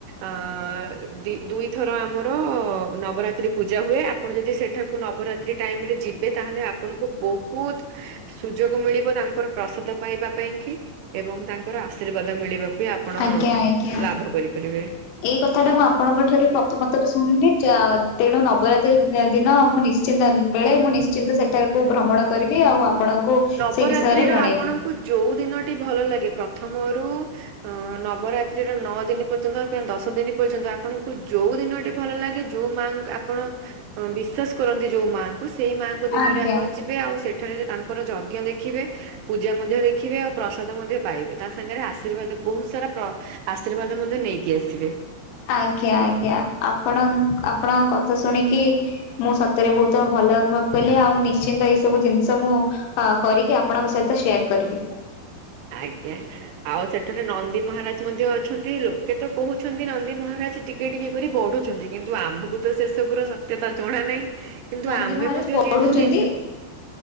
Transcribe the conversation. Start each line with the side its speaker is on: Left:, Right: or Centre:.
Right: ଅଁ- ଦି- ଦୁଇଥର ଆମର ନବରାତ୍ରି ପୂଜା ହୁଏ‌ ଆ ଆପଣ ଯଦି ସେଠାକୁ ନବରାତ୍ରି ଟାଇମ୍ ରେ ଯିବେ ତାହେଲେ ଆପଣଙ୍କୁ ବହୁତ୍ ସୁଯୋଗ ମିଳିବ ତାଙ୍କର ପ୍ରସାଦ ପାଇଁ ବା ପାଇଁ କି ଏବଂ ତାଙ୍କର ଆଶୀର୍ବାଦ ମିଳିବାକୁ ଆପଣ
Left: ଆଜ୍ଞା ଆଜ୍ଞା।
Right: ଲାଭ କରିପାରିବେ।
Left: ଏଇ କଥାଟା ମୁଁ ଆପଣଙ୍କ ଠାରୁ ପ୍ରଥମ ଥର ଶୁଣିଲି ଯା-ତେଣୁ ନବରାତ୍ରି ଦିନ ମୁଁ ନିଶ୍ ଚିନ୍ତ ବେଳେ ମୁଁ ନିଶ୍ଚିନ୍ତ ସେଠାକୁ ଭ୍ରମଣ କରିବି ଆଉ ଆପଣଙ୍କୁ
Right: ନବରାତ୍ରିର
Left: ସେ ବିଷୟରେ ଜଣେଇବି।
Right: ଆପଣଙ୍କୁ ଯଉ ଦିନଟି ଭଲ ଲାଗେ ପ୍ରଥମରୁ ଅଁ- ନବରାତ୍ରିର ନଅ ଦିନି ପର୍ଯ୍ୟନ୍ତ ଦଶ ଦିନ ପର୍ଯ୍ୟନ୍ତ ଆପଣଙ୍କୁ ଯଉ ଦିନଟି ଭଲ ଲାଗେ ଯଉ ମା ଆପଣ ବିଶ୍ବାସ୍ କରନ୍ତି ଯଉ ମାଙ୍କ୍ ଙ୍କୁ ସେଇ ମାଆଙ୍କୁ ଦିନରେ
Left: ଆଜ୍ଞା
Right: ଆପଣ ଯିବେ ଆଉ ସେଠାରେ ତାଙ୍କର ଯଜ୍ଞ ଦେଖିବେ ପୂଜା ମଧ୍ୟ ଦେଖିବେ ଆଉ ପ୍ରସାଦ ମଧ୍ୟ ପାଇବେ ତା ସାଙ୍ଗେରେ ଆଶୀର୍ବାଦ ବହୁତ୍ ସାରା ପ୍ର ଆଶୀର୍ବାଦ ମଧ୍ୟ ନେଇକି ଆସିବେ।
Left: ଆଜ୍ଞା ଆଜ୍ଞା ଆପଣ- ଆପଣଙ୍କ କଥା ଶୁଣିକି ମୁଁ ସତରେ ବହୁତ ଭଲ ଅନୁଭବ କଲି ଆଉ ନିଶ୍ଚିନ୍ତ ଏଇ ସବୁ ଜିନିଷ ମୁଁ ଅ- କରିକି ଆପଣଙ୍କ ସହିତ ସେୟାର କରିବି।
Right: ଆଜ୍ଞା। ଆଉ ସେଠାରେ ନନ୍ଦୀ ମହାରାଜ୍ ମଧ୍ୟ ଅଛନ୍ତି ଲୋକେ ତ କହୁଛନ୍ତି ନନ୍ଦୀ ମହାରାଜ୍ ଟି ଏଇଠି କପରି ବଢୁଛନ୍ତି କିନ୍ତୁ ଆମକୁ ତ ସେ ସବୁର ସତ୍ୟତା ଜଣା ନାହିଁ କିନ୍ତୁ
Left: ନନ୍ଦୀ
Right: ଆମେ
Left: ମହାରାଜ
Right: ମଧ୍ୟ
Left: ବଢୁଛନ୍ତି
Right: ଯେହେତୁ ହିନ୍ଦୁ